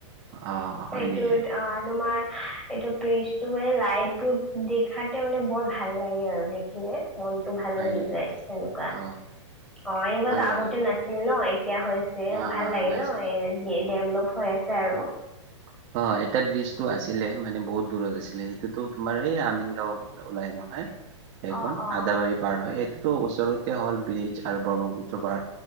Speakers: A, on the right; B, in the centre.
A: অ হয়
B: এইটোত
A: নেকি
B: আ তোমাৰ এইটো ব্ৰিজটো মানে লাইটবোৰ দেখাতে মানে বৰ ভাল লাগে আৰু দেখিলে। মনটো ভাল
A: হয়
B: লাগি
A: নেকি
B: যায় সেনেকুৱা,
A: অ
B: অ এনেকুৱাতো
A: ভাল লাগে
B: আগতে নাছিল ন এ এতিয়া হৈছে
A: অ
B: ভাল
A: অ
B: লাগে
A: নাছিলে
B: ন, এ ডেভলপ হৈ আছে আৰু।
A: <unintelligible> অ' এটা ব্ৰিজটো আছিলে। মানে বহুত দূৰত আছিলে। সেইটোতো তোমাৰ এই আমিন গাঁও ওলাই নহয়। সেইখন
B: অ অ
A: আদাবাৰী পাৰ হয়, এইটোতো ওচৰতে হ'ল। ব্ৰিজ আৰু ব্ৰহ্মপুত্ৰ পাৰ।